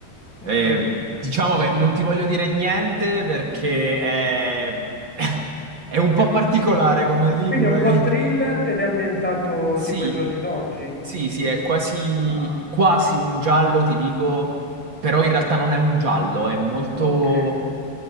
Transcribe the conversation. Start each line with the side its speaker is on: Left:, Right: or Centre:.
Centre: Ok.
Right: e diciamo che non ti voglio dire niente perché
Centre: Mm.
Right: è, <laughs> è un po'
Centre: <laughs>
Right: particolare come libro.
Centre: Quindi è un
Right: È...
Centre: po' thriller ed è ambientato
Right: Sì,
Centre: tipo ai giorni d'oggi.
Right: sì, sì, è quasi,
Centre: Ah,
Right: quasi un giallo, ti dico, però in realtà non è un giallo, è molto...
Centre: ok.